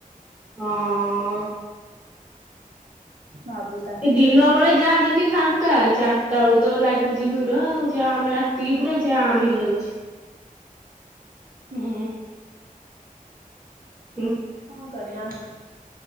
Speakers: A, in the centre; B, on the right.
A: ହଁ।
B: ଭାବୁ ତା
A: ଏ ଦିନ ବେଳେ ଯାହା ଯେମିତି ଫା ଚାରିଟା ବେଳୁ ତ ଲାଗୁଛି ଭିଡ ଆଉ ଜାମ ରାତିକି ପୁରା ଜାମ୍ ହେଇଯାଉଛି।
B: ହୁଁ।
A: ହୁଁ।
B: କଣ କରିଆ ଆଉ।